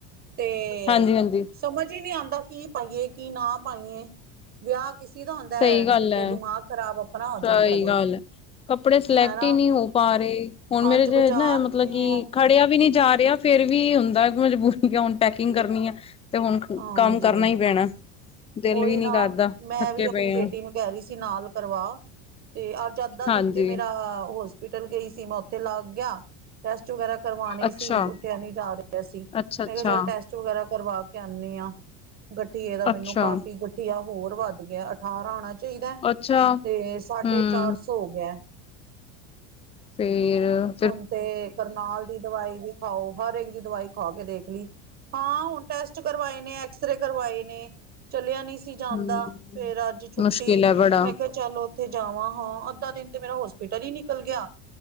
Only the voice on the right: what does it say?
ਤੇ
ਸਮਝ ਹੀ ਨੀ ਆੰਦਾ, ਕੀ ਪਾਈਏ ਕੀ ਨਾ ਪਾਈਏ। ਵਿਆਹ ਕਿਸੀ ਦਾ ਹੁੰਦੈ,
ਤੇ ਦਿਮਾਗ ਖ਼ਰਾਬ ਅਪਨਾ ਹੋ ਜਾਂਦਾ
ਜੇ।
ਹੈਨਾ
ਅੱਜ
ਬਾਜ਼ਾਰ
ਗਏ
ਆ
ਹਾਂਜੀ
ਉਹੀ
ਨਾ
ਮੈਂ
ਵੀ
ਅਪਨੀ ਬੇਟੀ
ਨੂੰ ਕੈ ਰੀ ਸੀ ਨਾਲ ਕਰਵਾ, ਤੇ ਅੱਜ ਅੱਧਾ
ਦਿਨ ਤੇ ਮੇਰਾ ਹੋਸ ਪਿਟਲ ਗਈ ਸੀ ਮੈਂ ਔਥੇ ਲੱਗ ਗਿਆ। ਟੈਸਟ ਵਗੈਰਾ ਕਰਵਾਣੇ
ਸੀ ਜ ਉੱਠਿਆ ਨੀ ਜਾ ਰਿਆ ਸੀ,
ਮੈਂ ਕੈ ਚਲ ਟੈਸ ਟ ਵਗੈਰਾ ਕਰਵਾ ਕੇ ਆਨੀ ਆਂ, ਗਠੀਏ ਦਾ
ਮੈਨੂੰ
ਕਾਫ਼ੀ ਗਠੀਆ ਹੋਰ ਵੱਧ ਗਿਐ, ਅਠਾਰਾਂ ਹੋਣਾ ਚਾਈਦੈ
ਤੇ ਸਾਢੇ
ਚਾਰ ਸੌ ਤੋ ਹੋ ਗਿਐ।
ਹੁਨ ਤੇ ਕਰਨਾਲ ਦੀ ਦਵਾਈ ਵੀ ਖਾਓ‌, ਹਰ ਏਕ ਦੀ ਦਵਾਈ ਖਾ ਕੇ ਦੇਖ ਲੀ। ਹਾਂ, ਹੁਨ ਟੈਸਟ ਕਰਵਾਏ ਨੇ ਐਕਸਰੇ ਕਰਵਾਏ ਨੇ। ਚਲਿਆ ਨੀ ਸ ਤੀ ਜਾਂਦਾ
ਫੇਰ ਅੱਜ ਛੁੱਟੀ,
ਮੈਂ ਕੈ ਚਲੋ ਔਥੇ ਜਾਵਾਂ, ਹਾਂ ਅੱਧਾ ਦਿਨ ਤੇ ਮੇਰਾ ਹੋਸਪਿਟਲ ਹੀ ਨਿਕਲ ਗਿਆ।